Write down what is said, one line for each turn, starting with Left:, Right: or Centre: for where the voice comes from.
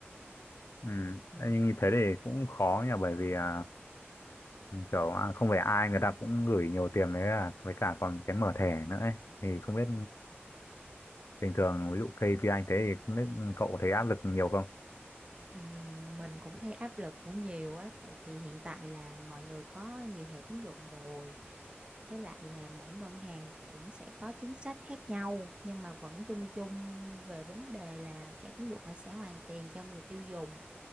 Left: ừm.
Right: ừ.
Left: Thế Nhưng như thế thì cũng khó nhỉ bởi vì à, kiểu à, không phải ai người ta cũng gửi nhiều tiền đấy à, với cả còn cái mở thẻ nữa ấy. Thì không biết bình thường ví dụ KPI anh thế thì không biết cậu thấy áp lực nhiều không
Right: Ừm, mình cũng thấy áp lực cũng nhiều á tại vì hiện tại là mọi người có nhiều thẻ tín dụng rồi với lại là mỗi ngân hàng cũng sẽ có chính sách khác nhau nhưng mà vẫn chung chung về vấn đề là thẻ tín dụng là sẽ hoàn tiền cho người tiêu dùng